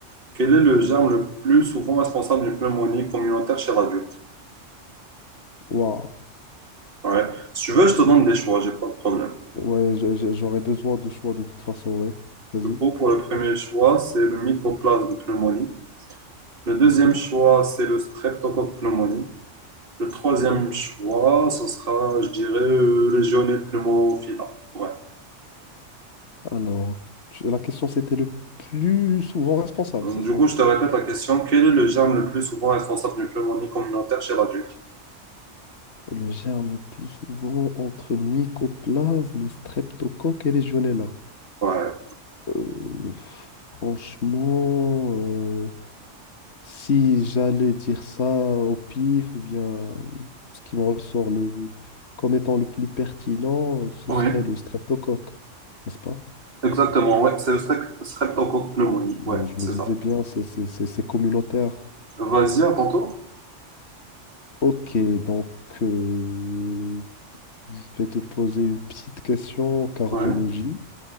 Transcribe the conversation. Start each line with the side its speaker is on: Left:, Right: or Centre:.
Right: Quel est le germe le plus souvent responsable d'une pneumonie communautaire chez l'adulte?
Left: Waouh.
Right: Ouais. Si tu veux, je te donne des choix, j'ai pas de problème.
Left: Ouais, je- je- j'aurais besoin de choix de toute façon, ouais. Vas-y.
Right: Du coup, pour le premier choix, c'est le mycoplasme pneumonie. Le deuxième
Left: Mhm.
Right: choix, c'est le streptocoque pneumonie. Le troisième
Left: Ouais.
Right: choix, ce sera, je dirais, euh, légionnaire pneumophila. Ouais.
Left: Alors, tu- la question c'était le plus souvent responsable,
Right: Donc,
Left: c'est ça?
Right: Du coup, je te répète la question. Quel est le germe le plus souvent responsable d'une pneumonie communautaire chez l'adulte?
Left: Le germe le plus souvent entre mycoplasme, et streptocoque et legionella.
Right: Ouais.
Left: Euh, franchement, euh, si j'allais dire ça au pif ou bien ce qui me ressort le, comme étant le plus pertinent, ce
Right: Oui.
Left: serait le streptocoque, n'est-ce pas?
Right: Exactement, ouais. C'est le strep- streptocoque pneumonie.
Left: Mais
Right: Ouais,
Left: je
Right: c'est
Left: me disais
Right: ça.
Left: bien, c'est c'est- c'est- c'est communautaire.
Right: Vas-y, à ton tour.
Left: Ok, donc euh, je vais te poser une petite question en cardiologie.
Right: Ouais.